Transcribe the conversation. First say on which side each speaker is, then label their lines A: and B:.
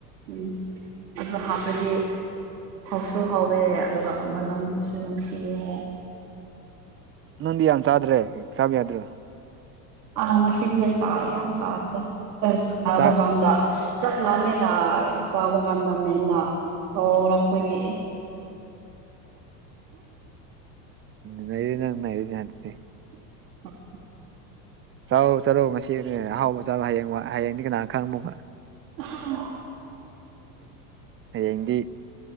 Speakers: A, on the right; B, on the right.
A: ꯎꯝ ꯑꯗꯨ ꯍꯥꯞꯄꯗꯤ ꯍꯥꯎꯁꯨ ꯍꯥꯎꯋꯦ ꯑꯗꯨꯒ ꯑꯃꯅꯝꯁꯨ ꯅꯨꯡꯁꯤꯉꯦ
B: ꯅ ꯌꯟ ꯆꯗ꯭ꯔꯦ ꯁꯥꯕ ꯌꯥꯗ꯭ꯔꯣ
A: ꯑ ꯃꯁꯦ ꯆꯥ ꯌꯥꯝ ꯆꯥꯗ ꯆꯕ
B: ꯆꯥ
A: ꯀꯥꯟꯗ ꯆꯠꯂꯃꯦꯅ ꯆꯥꯕ ꯀꯥꯟꯗ ꯃꯦꯝꯅ ꯇꯧꯔꯛꯄꯒꯤ
B: ꯅ ꯅ ꯍꯥꯏꯦ
A: <unintelligible>
B: ꯆꯥꯛꯎ ꯆꯥꯛꯔꯧ ꯃꯁꯤꯅꯦ ꯑꯍꯥꯎꯕ ꯆꯥꯛꯔꯣ ꯍꯌꯦꯡꯃꯛ ꯍꯌꯦꯡꯗꯤ ꯀꯅꯥꯅ ꯈꯪꯃꯨꯣꯒ
A: ꯎꯝ
B: ꯍꯗꯤ